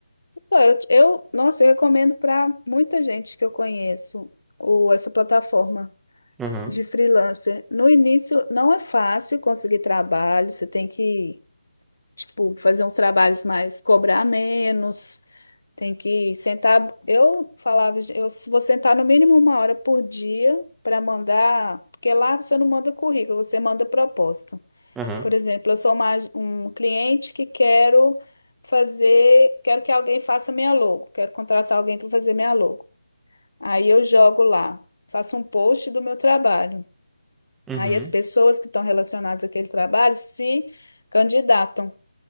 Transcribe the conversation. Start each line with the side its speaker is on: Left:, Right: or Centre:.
Left: Pô, Eu, eu, nossa, eu recomendo para muita gente que eu conheço o, essa plataforma
Centre: Aham,
Left: de freelancer. No início, não é fácil conseguir trabalho, você tem que, tipo, fazer uns trabalhos mais, cobrar menos, tem que sentar. Eu falava, eu vou sentar no mínimo uma hora por dia para mandar, porque lá você não manda currículo, você manda proposta.
Centre: aham,
Left: Por exemplo, eu sou uma, ag- um cliente que quero fazer, quero que alguém faça minha logo, quero contratar alguém para fazer minha logo. Aí eu jogo lá, faço um post do meu trabalho.
Centre: uhum.
Left: Aí as pessoas que estão relacionadas àquele trabalho se candidatam.